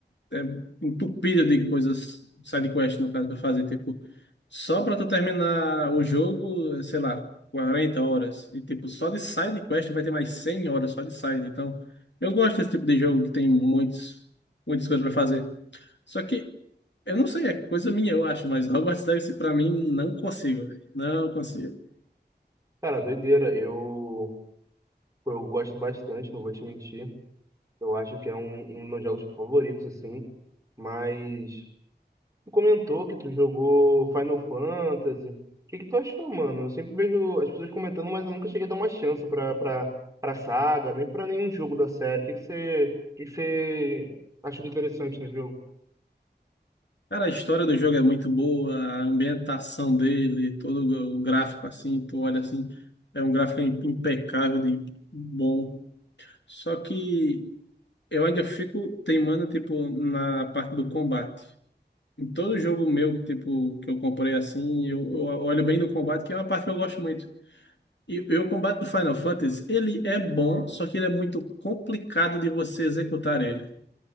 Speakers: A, on the left; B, on the right.
A: é entupido de coisas, side quest no caso, pra fazer. Tipo, só pra tu terminar o jogo, sei lá, 40 horas. E tipo, só de side quest vai ter mais 100 horas só de side. Então, eu gosto desse tipo de jogo que tem muitos, muitas coisas pra fazer. Só que, eu não sei, é coisa minha, eu acho, mas Hogwarts Legacy pra mim não consigo, velho. Não consigo.
B: Cara, doideira. Eu Eu gosto bastante, não vou te mentir. Eu acho que é um, um dos meus jogos favoritos, assim. Mas tu comentou que tu jogou Final Fantasy. O que que tu achou, mano? Eu sempre vejo as pessoas comentando, mas eu nunca cheguei a dar uma chance pra, pra, pra saga, nem pra nenhum jogo da série. O que que você, o que que você achou de interessante no jogo?
A: Cara, a história do jogo é muito boa, a ambientação dele, todo o gráfico assim, tu olha assim, é um gráfico impecável de bom. Só que eu ainda fico teimando, tipo, na parte do combate. Em todo jogo meu, tipo, que eu comprei assim, eu, eu olho bem no combate, que é uma parte que eu gosto muito. E, e o combate do Final Fantasy, ele é bom, só que ele é muito complicado de você executar ele.